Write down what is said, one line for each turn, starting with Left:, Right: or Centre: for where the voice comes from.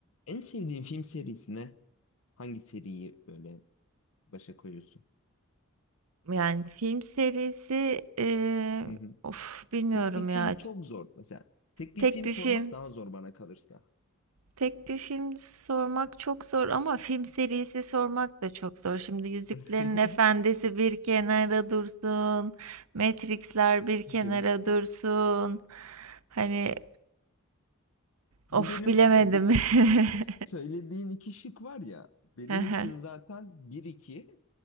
Left: En sevdiğin film serisine hangi seriyi böyle başa koyuyorsun?
Right: Yani film serisi eee,
Left: Hı hı.
Right: of bilmiyorum
Left: Tek bir film
Right: ya.
Left: çok zor. Mesela tek
Right: Tek
Left: bir film
Right: bir
Left: sormak
Right: film.
Left: daha zor bana kalırsa.
Right: Tek bir film sormak çok zor ama film serisi sormak da çok zor. Şimdi Yüzüklerin
Left: <laughs>
Right: Efendisi bir kenara dursun. Matrix'ler bir kenara
Left: Canım.
Right: dursun. Hani
Left: Bu
Right: of
Left: benim
Right: bilemedim.
Left: şimdi bu
Right: <laughs>
Left: söylediğin iki şık var ya benim
Right: Aha,
Left: için zaten bir iki